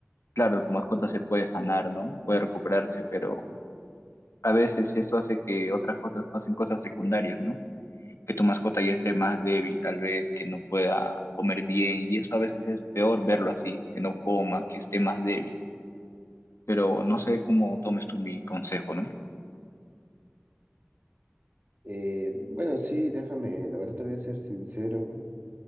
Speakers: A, on the left; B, on the right.
A: claro, tu mascota se puede sanar, ¿no? Puede recuperarse, pero a veces eso hace que otras cosas pasen cosas secundarias, ¿no? Que tu mascota ya esté más débil, tal vez, que no pueda comer bien, y eso a veces es peor verlo así, que no coma, que esté más débil. Pero no sé cómo tomes tú mi consejo, ¿no?
B: eh, bueno, sí, déjame, la verdad te voy a ser sincero.